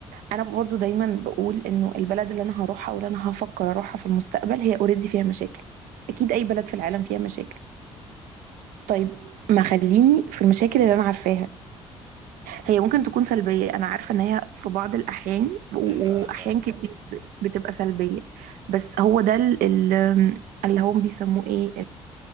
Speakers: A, on the right; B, on the right.
A: انا برضو دايما بقول انه البلد اللي انا هروحها واللي انا هفكر اروحها في المستقبل هي اوريدي فيها مشاكل اكيد اي بلد في العالم فيها مشاكل طيب ما خليني في المشاكل اللي انا عارفاها هي ممكن تكون سلبية انا عارفة ان هي في بعض الاحيان و-
B: أيوه أنا
A: واحيان
B: فاهم
A: كتير بتبقى سلبية بس هو ده ال- ال- اللي هم بيسموه ايه